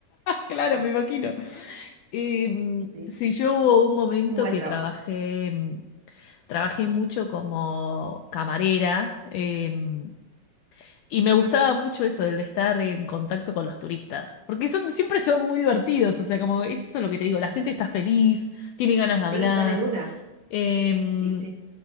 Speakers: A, on the left; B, on the right.
A: Claro, me imagino. Em,
B: Sí,
A: sí,
B: sí, sí.
A: yo hubo un momento
B: Un buen
A: que
B: trabajo.
A: trabajé, em, trabajé mucho como camarera, em, y me gustaba mucho eso, el de estar en contacto con los turistas, porque son, siempre son muy divertidos, o sea, como es eso lo que te digo, la gente está feliz, tiene ganas de
B: Sí,
A: hablar.
B: están en una.
A: Em,
B: Sí, sí.